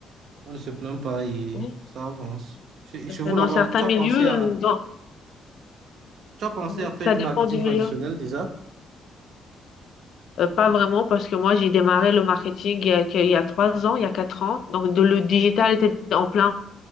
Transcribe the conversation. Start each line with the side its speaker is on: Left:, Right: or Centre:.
Right: on ne se plaint pas et
Left: Oui,
Right: ça avance. Chez,
Left: tout
Right: chez
Left: à fait.
Right: vous là-bas,
Left: Dans certains
Right: tu as
Left: milieux,
Right: pensé à
Left: euh, dans...
Right: tu as pensé
Left: Mhm.
Right: à faire
Left: ça
Right: du
Left: dépend
Right: marketing
Left: du milieu.
Right: traditionnel déjà?
Left: Euh, pas vraiment, parce que moi, j'ai démarré le marketing il y a, que- il y a trois ans, il y a quatre ans. Donc, de- le digital était en plein